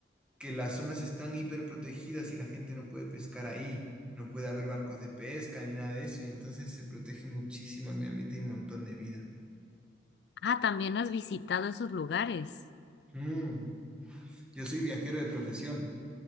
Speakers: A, in the centre; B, on the left.
A: que las zonas están hiperprotegidas y la gente no puede pescar ahí, no puede haber barcos de pesca ni nada de eso, y entonces se protege muchísimo el medio ambiente y un montón de vida.
B: Ah, también has visitado esos lugares.
A: Mm, Yo soy viajero de profesión,